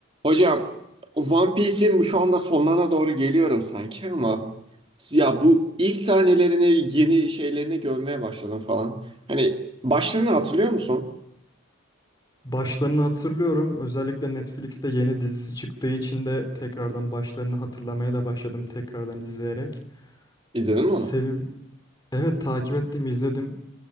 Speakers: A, on the right; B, on the left.
A: Hocam One Piece'in şu anda sonlarına doğru geliyorum sanki ama ya bu ilk sahnelerini yeni şeylerini görmeye başladım falan. Hani başlarını hatırlıyor musun?
B: Başlarını hatırlıyorum. Özellikle Netflix'te yeni dizisi çıktığı için de tekrardan başlarını hatırlamaya da başladım tekrardan izleyerek.
A: İzledin mi
B: Sevim,
A: onu?
B: evet takip ettim, izledim.